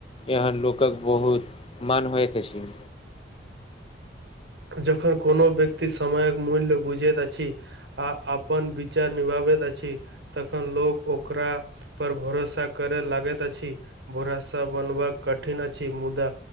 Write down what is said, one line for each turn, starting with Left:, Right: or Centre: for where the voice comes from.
Left: एहन लोकक बहुत मान होइत अछि
Right: जखन कोनो व्यक्ति समयक मूल्य बुझैत अछि आ अपन विचार निभाबैत अछि तखन लोक ओकरा पर भरोसा करैय लागैत अछि भरसा बनब कठिन अछि। मुदा